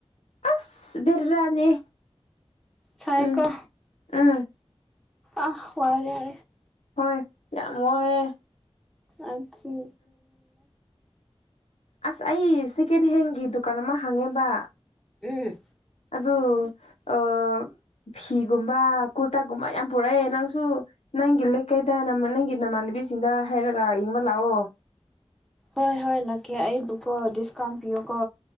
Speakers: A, on the left; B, in the centre.
A: ꯑꯁ ꯕꯤꯔ꯭ꯔꯥꯅꯦ
B: ꯁꯥꯏꯀꯣ
A: ꯎꯝ ꯎꯝ
B: ꯑ ꯍꯋꯥꯔꯦ
A: ꯍꯣꯏ ꯌꯥꯝ ꯄꯦꯏꯑꯦ
B: ꯑꯗꯨ
A: ꯑꯁ ꯑꯩ ꯁꯦꯀꯦꯟ ꯍꯦꯟꯒꯤ ꯗꯨꯀꯥꯟ ꯑꯃ ꯍꯥꯡꯉꯦꯕ
B: ꯎꯝ
A: ꯑꯗꯨ ꯑ ꯐꯤꯒꯨꯝꯕ ꯀꯨꯔꯇꯥꯒꯨꯝꯕ ꯌꯥꯝ ꯄꯨꯔꯛꯑꯦ ꯅꯪꯁꯨ ꯅꯪꯒꯤ ꯂꯩꯀꯩꯗ ꯅ ꯅꯪꯒꯤ ꯅꯃꯥꯟꯕꯤ ꯅꯨꯄꯤꯁꯤꯡꯗ ꯍꯥꯏꯔꯒ ꯌꯦꯡꯕ ꯂꯥꯛꯑꯣ
B: ꯍꯣꯏ ꯍꯣꯏ ꯂꯥꯛꯀꯦ ꯑꯩꯕꯨꯀꯣ ꯗꯤꯁꯀꯥꯎꯟ ꯄꯤꯌꯣꯀꯣ